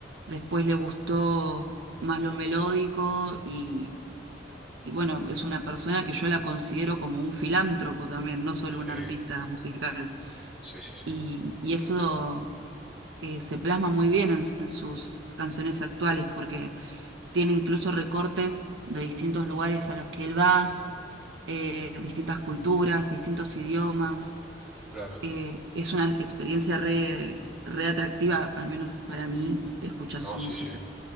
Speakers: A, on the right (about 75°); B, in the centre.
A: después le gustó más lo melódico y, y bueno, es una persona que yo la considero como un filántropo también, no solo un
B: Sí,
A: artista musical.
B: sí, sí, sí.
A: Y, y eso eh, se plasma muy bien en, en sus canciones actuales, porque tiene incluso recortes de distintos lugares a los que él va, eh, distintas culturas, distintos idiomas.
B: Claro.
A: Eh, es una experiencia re, re atractiva, al menos para mí, escuchar
B: No,
A: su
B: sí,
A: música.
B: sí.